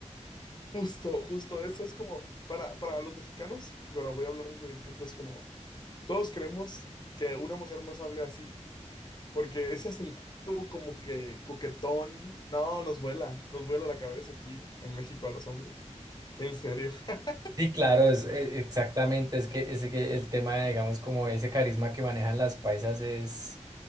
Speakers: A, on the left; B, on the right.
A: Justo, justo, eso es como, para, para los mexicanos, bueno, voy a hablar desde mi punto, es como... todos creemos que una mujer nos hable así, porque ese acento como que coquetón, no, nos vuela, nos vuela la cabeza aquí en México a los hombres. En serio. <laughs>
B: Sí, claro, es, e- exactamente. Es que, es que el tema, digamos, como ese carisma que manejan las paisas es.